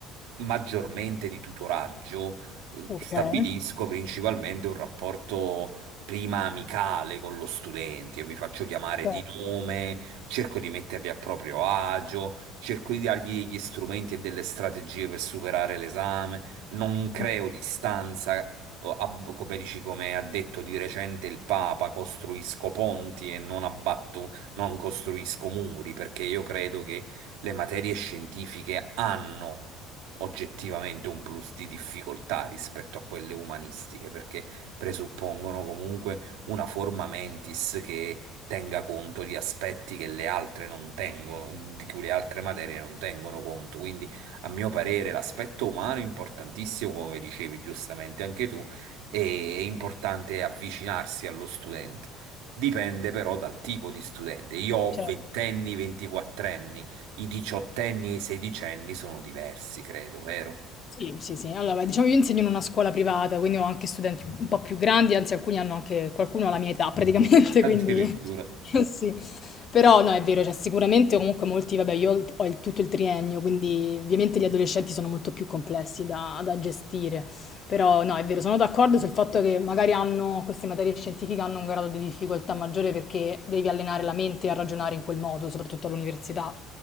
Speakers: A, on the right; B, on the left.
A: maggiormente di tutoraggio, eh,
B: okay,
A: stabilisco principalmente un rapporto prima amicale con lo studente. Io mi faccio chiamare
B: certo,
A: di nome cerco di metterli a proprio agio, cerco di dargli degli strumenti e delle strategie per superare l'esame, non creo
B: mh,
A: distanza, o ab- come dici, come ha detto di recente il Papa, costruisco ponti e non abbatto, non costruisco muri, perché io credo che le materie scientifiche hanno oggettivamente un plus di difficoltà rispetto a quelle umanistiche, perché presuppongono comunque una forma mentis che tenga conto di aspetti che le altre non tengono, di cui le altre materie non tengono conto. Quindi, a mio parere, l'aspetto umano è importantissimo, come dicevi giustamente anche tu, e è importante avvicinarsi allo studente. Dipende però dal tipo di studente. Io ho
B: certo.
A: ventenni, ventiquattrenni, i diciottenni e i sedicenni sono diversi, credo, vero?
B: Sì, sì, sì. Allora, beh, diciamo io insegno in una scuola privata, quindi ho anche studenti un po' più grandi, anzi alcuni hanno anche qualcuno ha la mia età praticamente,
A: <laughs> Addirittura.
B: <laughs> quindi <laughs> sì. Però no, è vero, cioè sicuramente comunque molti, vabbè, io ho il- ho il- tutto il triennio, quindi ovviamente gli adolescenti sono molto più complessi da, da gestire. Però no, è vero, sono d'accordo sul fatto che magari hanno, queste materie scientifiche hanno un grado di difficoltà maggiore perché devi allenare la mente a ragionare in quel modo, soprattutto all'università.